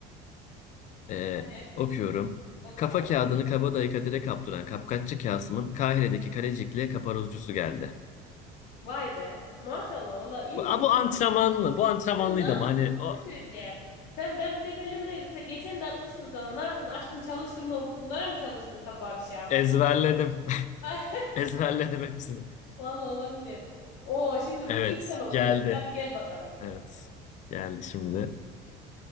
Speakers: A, on the left; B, on the left.
A: Ee,
B: Hadi
A: okuyorum.
B: oku.
A: Kafa kağıdını kabadayı Kadir'e kaptıran kapkaççı Kasım'ın Kahire'deki kalecikle kaparuzcusu geldi.
B: Vay be. Maşallah valla iyi.
A: Bu, a, bu antrenmanlı. Bu antrenmanlıydı
B: Sen ne yaptın?
A: ama hani
B: Bir şey
A: o,
B: söyleyeceğim. Sen ben bu tek elime geçen de atmıştım sana. Ne yaptın? Açtın çalıştın mı? Bunlara mı çalıştın sabah akşam?
A: ezberledim. <laughs>
B: <laughs>
A: Ezberledim hepsini.
B: Vallahi olabilir. Oo şimdi
A: Evet
B: bunu ilk sen okuyorsun.
A: geldi.
B: Hadi gel bakalım.
A: Evet geldi şimdi.